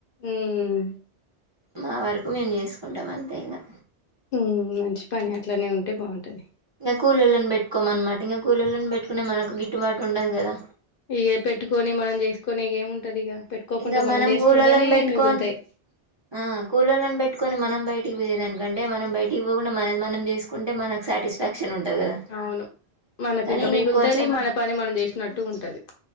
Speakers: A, on the left (about 60°); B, on the right (about 30°).
A: ఉమ్
B: మా వరకు మేము చేసుకుంటాం అంతే ఇంకా
A: ఉమ్ మంచి పని అట్లానే ఉంటే బావుంటది
B: కూలొల్లని పెట్టుకోమన్నమాట ఇంగ కూలొల్లిని పెట్టుకునే మనకు గిట్టుబాటు ఉండది గదా
A: ఇగ పెట్టుకొని మనం చేసుకొని ఇగ ఏముంటది ఇగ పెట్టుకోకుండా
B: ఇంగ మనం
A: చేసుకుంటేనే
B: కూలొల్లని పెట్టుకొన్
A: మిగులుతాయి
B: ఆ కూలొల్లని పెట్టుకొని మనం బయట పోయే దానికంటే మనం బయటికి పోకుండా మనది మనం జేసుకుంటే మనకు సాటిస్ఫాక్షన్ ఉంటది గదా
A: అవును మనకు
B: కనీ
A: ఇంకా
B: ఇంకొచెం
A: మిగులుతది మన పని మనం చేసినట్టు ఉంటది